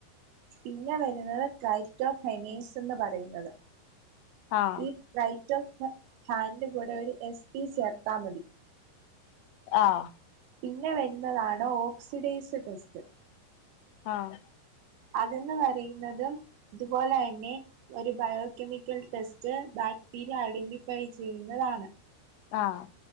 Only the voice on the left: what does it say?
ആഹ്
ആഹ്
ആഹ്
ആഹ്